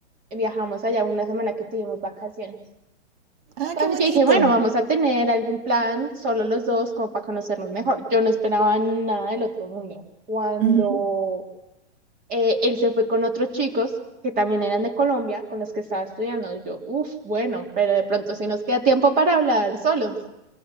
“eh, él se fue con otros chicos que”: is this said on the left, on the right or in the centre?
Right